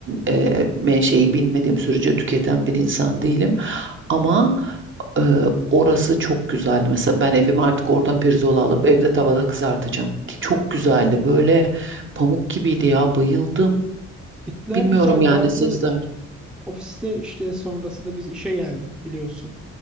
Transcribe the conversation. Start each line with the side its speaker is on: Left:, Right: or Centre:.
Right: e, menşei bilmediğim sürece tüketen bir insan değilim. Ama e, orası çok güzeldi. Mesela ben evime artık oradan pirzola alıp evde tavada kızartacağım. Ki çok güzeldi. Böyle pamuk gibiydi ya. Bayıldım.
Centre: Gittiler
Right: Bilmiyorum
Centre: güzeldi.
Right: yani
Centre: Bazı
Right: sizler.
Centre: ofiste işte sonrasında biz işe geldik biliyorsun.